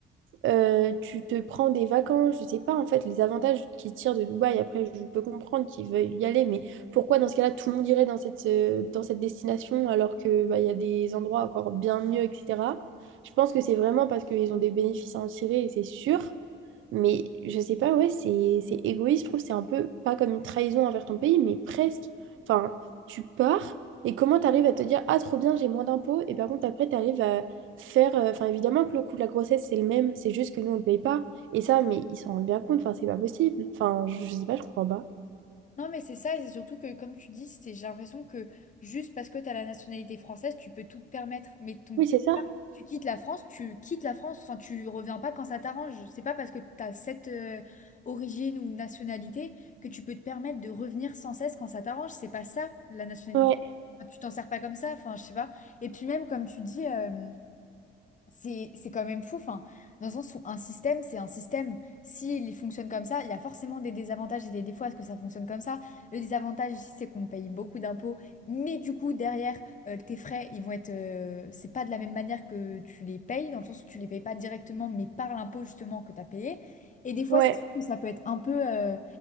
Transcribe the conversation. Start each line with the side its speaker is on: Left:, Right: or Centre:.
Right: euh, tu te prends des vacances, je sais pas en fait les avantages qu'ils tirent de Dubaï. Après, je peux comprendre qu'ils veulent y aller, mais pourquoi dans ce cas-là tout le monde irait dans cette, euh, dans cette destination alors que bah, il y a des endroits encore bien mieux, etc. Je pense que c'est vraiment parce qu'ils ont des bénéfices à en tirer et c'est sûr. Mais je sais pas, ouais, c'est c'est égoïste, je trouve, c'est un peu pas comme une trahison envers ton pays, mais presque. Enfin, tu pars et comment t'arrives à te dire, ah, trop bien, j'ai moins d'impôts, et par contre, après, t'arrives à faire. euh, Enfin, évidemment que le coût de la grossesse, c'est le même, c'est juste que nous, on le paye pas. Et ça, mais ils s'en rendent bien compte, enfin, c'est pas possible. Enfin, je, je sais pas, je comprends pas.
Left: non mais c'est ça et c'est surtout que comme tu dis c'est j'ai l'impression que juste parce que tu as la nationalité française tu peux tout te permettre mais ton
Right: Oui, c'est ça.
Left: tu quittes la France, tu quittes la France, enfin tu reviens pas quand ça t'arrange. C'est pas parce que tu as cette euh, origine ou nationalité que tu peux te permettre de revenir sans cesse quand ça t'arrange. C'est pas ça la nationalité.
Right: Ouais,
Left: Enfin, tu t'en sers pas comme ça, enfin je sais pas. Et puis même comme tu dis, euh, c'est, c'est quand même fou, enfin, dans le sens où un système, c'est un système. S'il fonctionne comme ça, il y a forcément des désavantages et des défauts à ce que ça fonctionne comme ça. Le désavantage ici, c'est qu'on paye beaucoup d'impôts, mais du coup, derrière, euh, tes frais, ils vont être. euh, c'est pas de la même manière que tu les payes, dans le sens où tu les payes pas directement, mais par l'impôt justement que tu as payé. Et des fois,
Right: ouais,
Left: c'est sûr que ça peut être un peu euh,